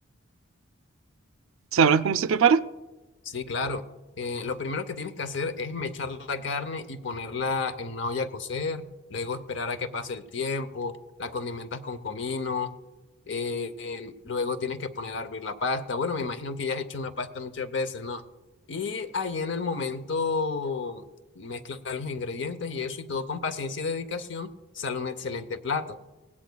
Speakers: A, on the right (about 80°); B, on the left (about 60°).
A: ¿Sabrás cómo se prepara?
B: Sí, claro. Eh, lo primero que tienes que hacer es mechar la carne y ponerla en una olla a cocer, luego esperar a que pase el tiempo, la condimentas con comino, eh, eh, luego tienes que poner a hervir la pasta. Bueno, me imagino que ya has hecho una pasta muchas veces, ¿no? Y ahí en el momento mezclas los ingredientes y eso y todo con paciencia y dedicación sale un excelente plato.